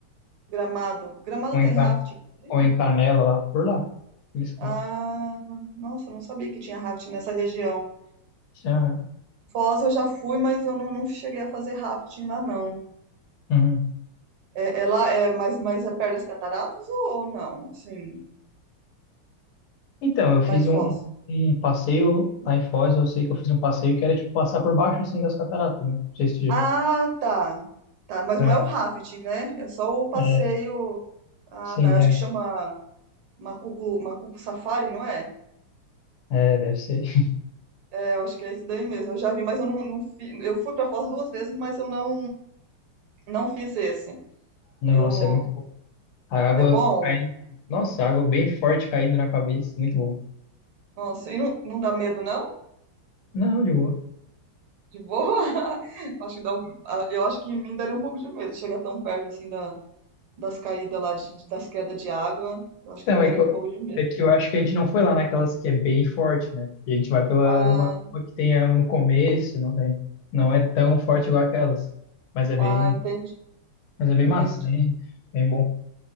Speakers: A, on the right; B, on the left.
A: Gramado. Gramado
B: Ou
A: tem
B: em, Can,
A: rafting também?
B: ou em Canela lá, por lá. Eles cantam.
A: Ah, nossa, eu não sabia que tinha rafting nessa região.
B: Aham,
A: Foz eu já fui, mas eu não, não cheguei a fazer rafting lá, não.
B: uhum.
A: É, é lá é mas, mas é perto das cataratas ou, ou não? Assim,
B: Então, eu fiz
A: lá em Foz.
B: um, um passeio lá em Foz, eu sei que eu fiz um passeio que era tipo passar por baixo assim das cataratas, né? Não sei se.
A: Ah, tá. Tá, mas
B: É,
A: não é o rafting, né? É só o passeio.
B: é,
A: Ah,
B: sim,
A: tá. Eu acho
B: é.
A: que chama Macuco, Macuco Safari, não é?
B: É, deve ser. <laughs>
A: É, eu acho que é esse daí mesmo. Eu já vi, mas eu não, não fiz. Eu fui pra Foz duas vezes, mas eu não não fiz esse.
B: Nossa,
A: Eu
B: é muito bom. A água
A: é bom.
B: caindo. Nossa, a água bem forte caindo na cabeça, muito bom.
A: Nossa, e não, não dá medo não?
B: Não, de boa.
A: De boa? <laughs> Acho que dá um- ah, Eu acho que em mim daria um pouco de medo chegar tão perto assim da das caídas lá, de, das quedas de água, eu acho
B: Então,
A: que me daria
B: é que eu,
A: um pouco de medo.
B: é que eu acho que a gente não foi lá naquelas que é bem forte, né? A gente vai pela
A: Ah,
B: uma, uma que tem a- no começo, não tem. Não é tão forte igual aquelas. Mas é bem,
A: ah, entendi,
B: mas é bem
A: entendi.
B: massa, bem, bem bom.